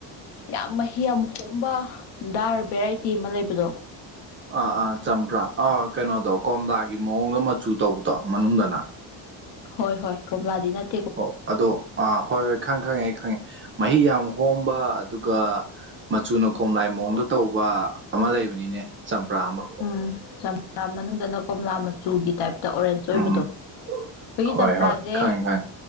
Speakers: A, on the left; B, on the right.
A: ꯌꯥꯝ ꯃꯍꯤ ꯌꯥꯝ ꯍꯣꯝꯕ ꯗꯥꯔ ꯚꯦꯔꯥꯏꯇꯤ ꯑꯃ ꯂꯩꯕꯗꯣ
B: ꯑꯥ ꯑꯥ ꯆꯝꯄ꯭ꯔꯥ ꯑꯥ ꯀꯩꯅꯣꯗꯣ ꯀꯣꯝꯂꯥꯒꯤ ꯃꯑꯣꯡꯗ ꯃꯆꯨ ꯇꯧꯕꯗꯣ ꯃꯅꯨꯡꯗꯅ
A: ꯍꯣꯏ ꯍꯣꯏ ꯀꯣꯝꯂꯥꯗꯤ ꯅꯠ
B: ꯑꯣ ꯑꯗꯣ ꯑꯥ ꯍꯣꯏ ꯍꯣꯏ ꯈꯪ ꯈꯪꯉꯦ ꯑꯩ ꯈꯪꯉꯦ ꯃꯍꯤ ꯌꯥꯝ ꯍꯣꯝꯕ ꯑꯗꯨꯒ ꯃꯆꯨꯅ ꯀꯣꯝꯂꯥꯏ ꯃꯑꯣꯡꯗ ꯇꯧꯕ ꯑꯃ ꯂꯩꯕꯅꯤꯅꯦ ꯆꯝꯄ꯭ꯔꯥ ꯑꯃ
A: ꯎꯝ ꯆꯝꯄ꯭ꯔꯥ ꯃꯅꯨꯡꯗꯅ ꯀꯣꯝꯂꯥ ꯃꯆꯨꯒꯤ ꯇꯥꯏꯞ ꯗ ꯑꯣꯔꯦꯟꯁ ꯑꯣꯏꯕꯗꯣ
B: ꯎꯝ
A: ꯑꯩꯈꯣꯏꯒꯤ
B: ꯍꯣꯏ
A: ꯆꯝꯄꯔꯥꯖꯦ
B: ꯍꯣꯏ ꯈꯪꯉꯦ ꯈꯪꯉꯦ